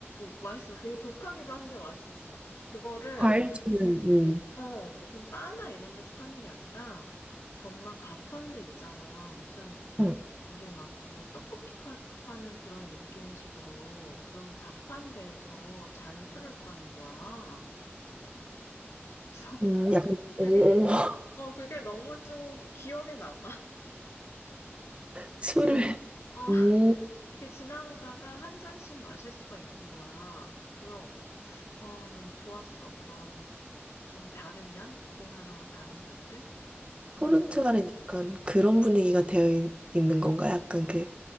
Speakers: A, on the left; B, on the right.
A: 맛있어. 되게 독하기도 한데 맛있었어. 그거를,
B: 과일주는,
A: 뭐,
B: 음,
A: 어, 무슨 바나 이런 데서 파는 게 아니라, 정말 가판대 있잖아. 무슨,
B: 음,
A: 우리 막, 뭐, 떡볶이 카- 파는 그런 느낌식으로 그런 가판대에서 잔술을 파는 거야. 그래서
B: 음, 약간, 오,
A: 그게,
B: 오, <laughs>
A: 어, 그게 너무 좀 기억에 남아. 어,
B: 술을.
A: 그냥, 어.
B: 음.
A: 이렇게 지나가다가 한 잔씩 마실 수가 있는 거야. 그래서 어, 난 좋았어. 그런 좀 다른 면? 우리나라와 다른 면들?
B: 포르투갈은
A: 어.
B: 약간 그런 분위기가 되어 있, 는 건가? 약간 그